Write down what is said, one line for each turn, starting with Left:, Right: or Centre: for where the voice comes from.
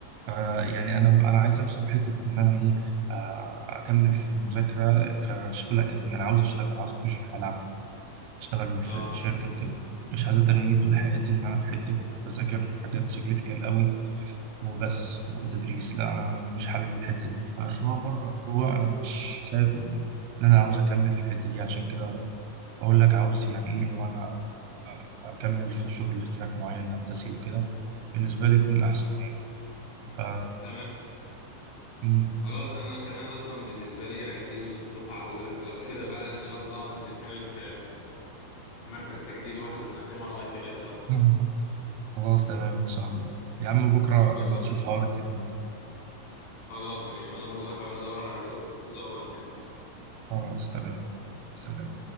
Right: فا يعني انا انا عايز اكسر حته ان انا ايه آه، اكمل في المذاكره كشغل اكاديمي انا عاوز اشتغل عاوز اخش الحياه العمليه اشتغل
Left: اه
Right: في شركه وكده مش عايز اتنيني طول حياتي ان انا في حته بذاكر حاجات ثيوريتيكال قوي وبس وتدريس لا انا مش حابب الحته دي فسواء بره او جوه انا مش شايف ان إن انا عاوز اكمل في الحته دي عشان كده بقول لك عاوز يعني ايه لو انا اكمل في الشغل في تراك معين هندسي وكده بالنسبه لي يكون احسن يعني ف
Left: تمام
Right: مم.
Left: خلاص انا كمان اصلا بالنسبه لي الجيش دفعه اولى فلو كده بقى ان شاء الله نتقابل في مركز تجنيد واحد ونقدمه على اي تي اي سوا
Right: <laughs> خلاص تمام ان شاء الله يا عم بكره نبقى
Left: خلاص
Right: نشوف حوار التجميد ده
Left: خلاص ماشي وانا برضو هحاول ادور على ريسورسز كده وابعتها لك.
Right: خلاص تمام سلام